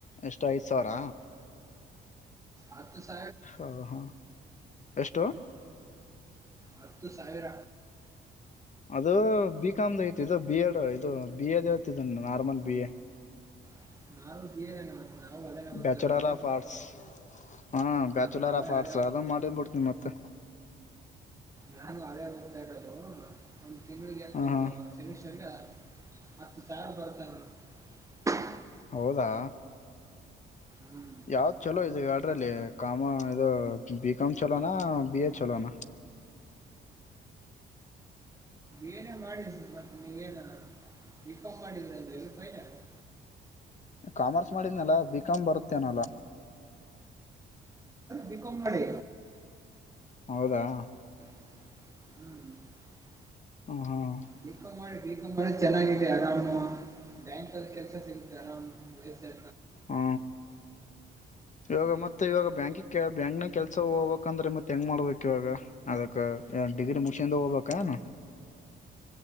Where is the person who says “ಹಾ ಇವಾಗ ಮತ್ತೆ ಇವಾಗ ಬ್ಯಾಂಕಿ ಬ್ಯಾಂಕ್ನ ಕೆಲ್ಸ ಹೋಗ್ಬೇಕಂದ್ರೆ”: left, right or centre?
Left